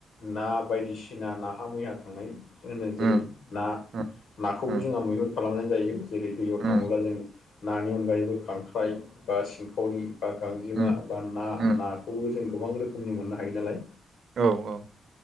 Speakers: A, on the left; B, on the right.
A: ना बायदिसिना नाहा मैया थांनाय होनो जेरै
B: उम
A: ना
B: उम
A: नाखौबो
B: उम
A: जोंहा मैहुर खालामनानै जायो जेरै दैयाव
B: उम
A: थाङोब्ला जों नानि अनगायैबो खांख्राइ बा फावरि बा गांजेमा
B: उम
A: बा ना
B: उम उम
A: नाखौबो जों गोबां रोखोमनि मोननो हायो नालाय
B: औ औ